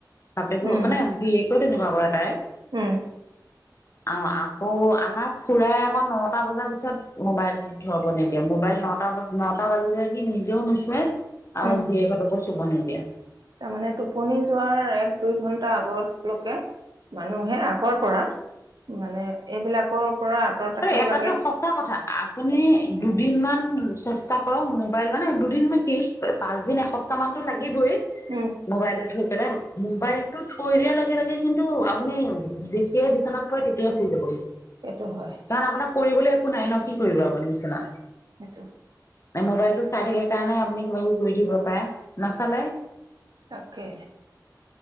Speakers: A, on the left; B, on the right.
A: বাপেকো
B: উম
A: মানে <unintelligible> তাই
B: উম
A: অহ, আকৌ আমাৰ খুৰা আকৌ নটা বজাৰ পিছত মোবাইল ল'ব নিদিয়ে। মোবাইল নটা বজা নটা বাজি যায় সি নিজেও নোচোয়ে আৰু
B: উম
A: জীয়েকহতকো চুব নিদিয়ে।
B: তাৰমানে টোপনি যোৱাৰ এক দুই ঘন্টা আগলৈকে মানুহে আগৰ পৰা মানে এইবিলাকৰ পৰা আঁতৰত ৰাখিব
A: আৰু এটাটো
B: লাগে
A: সঁচা কথা আপুনি দুদিনমান চেষ্টা কৰক মোবাইল মানে দুদিন মান কি পাঁচদিন এসপ্তাহ মানতো লাগিবয়ে।
B: উম
A: মোবাইলটো থৈ পেলাই মোবাইলটো থৈ দিয়া লগে - লগে কিন্তু, আপুনি যেতিয়াই বিচনাত পৰে তেতিয়াই শুই যাব
B: সেইটো। হয়
A: কাৰণ আপোনাক কৰিবলৈ একো নাই ন' কি কৰিব আপুনি বিচনাত।
B: সেইটো।
A: তাই মোবাইলটো চাই থাকে কাৰণে আপুনি কিবা -কিবি কৰি থাকিব পাৰে। নাচালে
B: তাকে।